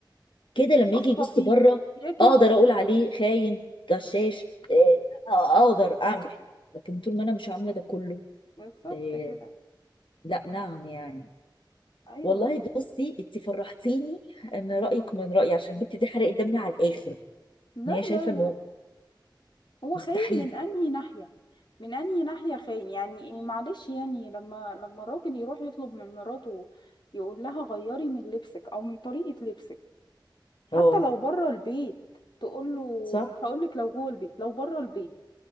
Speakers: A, on the left (about 80°); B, on the left (about 65°).
A: كده لما
B: واثقه
A: يجي يبص
B: فيك
A: بره
B: اياك
A: اقدر
B: انت
A: اقول
B: تبقى.
A: عليه خاين غشاش إيه، آه، اقدر اعمل فيه لكن طول ما انا مش عامله ده كله
B: بالظبط
A: إيه،
B: كده
A: لا نعم يعني
B: ايوه
A: والله بصي انت فرحتيني ان رايك من رايي عشان البت دي حرقت دمي على الاخر
B: لا
A: ان هي شايفه
B: لا
A: انه
B: لا هو
A: مستحيل
B: خاين من انهي ناحيه من انهي ناحيه خاين يعني إيه، معلش يعني لما لما الراجل يروح يطلب من مراته يقول لها غيري من لبسك او من طريقه لبسك حتى
A: اه
B: لو بره البيت تقول له
A: صح
B: مش هقول لك لو جوه البيت لو بره البيت